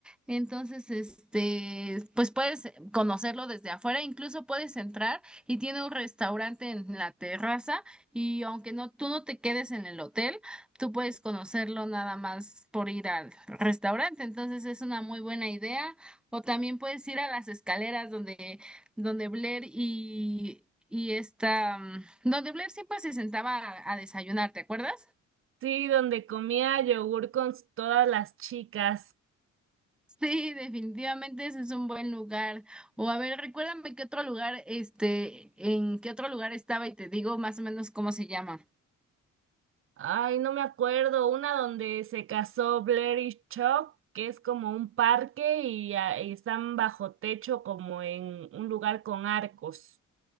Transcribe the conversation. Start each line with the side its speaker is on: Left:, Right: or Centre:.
Centre: entonces este, pues puedes conocerlo desde afuera, incluso puedes entrar y tiene un restaurante en la terraza y aunque no, tú no te quedes en el hotel, tú puedes conocerlo nada más por ir al restaurante, entonces es una muy buena idea. O también puedes ir a las escaleras donde donde Blair y, y esta, mm, donde Blair siempre se sentaba a, a desayunar, ¿te acuerdas? <laughs>
Right: Sí, donde comía yogur con s- todas las chicas.
Centre: Sí, definitivamente ese es un buen lugar. O a ver, recuérdame qué otro lugar, este, en qué otro lugar estaba y te digo más o menos cómo se llama.
Right: Ay, no me acuerdo. Una donde se casó Blair y Chuck, que es como un parque y, ah, y están bajo techo como en un lugar con arcos.